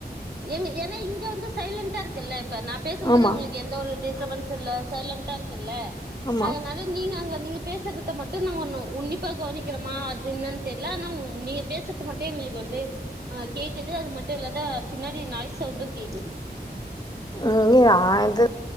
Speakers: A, on the right; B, on the left.
A: ஏங்க ஏனா இங்க வந்து சைலன்ட்டா இருக்குல்ல இப்ப நா பேசும்போது
B: ஆமா
A: உங்குளுக் எந்த ஒரு டிஸ்டபன்ஸு இல்ல சைலண்ட்டா இருக்குல்ல
B: ஆமா
A: அதனால நீங்க அங்க நீங்க பேசுறதத்த மட்டுந் தா வர்னு உன்னிப்பா கவனிக்கிறோமா அது என்னன் தெர்ல ஆனா உ நீங்க பேசுறது மட்டு எங்களுக்கு வந்து ஆஹ் கேக்குது அது மட்டு இல்லாத பின்னாடி நாய் சவுண்டு கேக்குது
B: உ நா இது